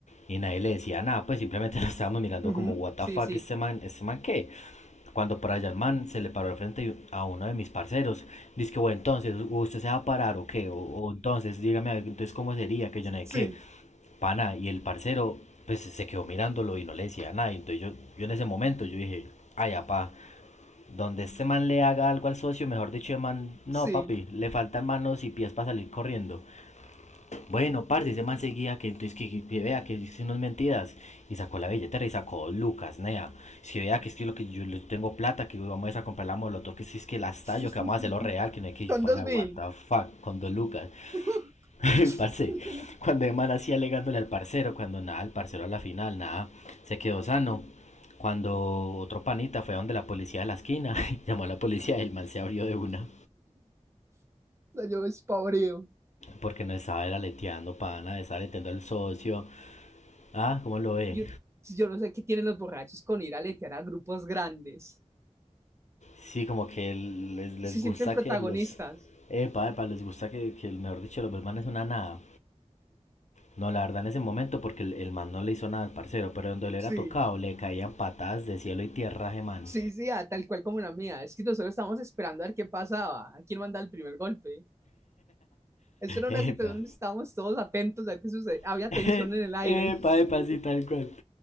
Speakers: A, on the left (about 65°); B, on the right (about 20°).
A: Y nadie le decía nada, pues simplemente <laughs> nos estábamos mirando
B: ujú.
A: como, what the
B: Sí,
A: fuck,
B: sí.
A: este man, este man qué. Cuando por allá el man se le paró al frente a uno de mis parceros, dice que, bueno, entonces, ¿usted se va a parar o qué? O, o entonces, dígame, a ver, entonces, ¿cómo sería? Que yo no sé
B: Sí,
A: qué, pana, y el parcero, pues, se quedó mirándolo y no le decía nada, y entonces yo, yo en ese momento, yo dije, ay, apá, donde este man le haga algo al socio, mejor dicho, el man, no,
B: sí.
A: papi, le faltan manos y pies para salir corriendo. Bueno, parce, ese man seguía que entonces que, que- vea que hice unas mentiras y sacó la billetera y sacó dos lucas, nea. si vea que es que lo que yo le tengo plata, que vamos a comprar la molotov, que si es que la estallo,
B: <laughs>
A: que vamos a hacerlo real, que no hay que yo,
B: Con
A: pana,
B: dos mil.
A: what the fuck, con dos lucas.
B: <laughs>
A: <laughs> parce, cuando el man así alegándole al parcero, cuando nada, el parcero a la final, nada, se quedó sano. Cuando otro panita fue a donde la policía de la esquina, <laughs> llamó a la policía y el man se abrió de una,
B: Salió despavoreo.
A: porque no estaba era leteando, pana, estaba leteando al socio. Ah, ¿cómo lo ve?
B: Yo, yo no sé qué tienen los borrachos con ir a letear a grupos grandes.
A: Sí, como que les, les
B: Se
A: gusta
B: sienten protagonistas.
A: que los... Epa, epa, les gusta que, que el- mejor dicho, los man es una nada. No, la verdad en ese momento porque el, el man no le hizo nada al parcero, pero donde le
B: Sí,
A: era tocado le caían patadas de cielo y tierra a ese man.
B: sí, sí, ah, tal cual como la mía. Es que nosotros estábamos esperando a ver qué pasaba, a quién manda el primer golpe. Eso era
A: Epa.
B: una situación donde estábamos todos atentos a ver qué sucede. Había
A: <laughs>
B: tensión en el aire.
A: Epa,
B: <laughs>
A: epa, sí, tal cual.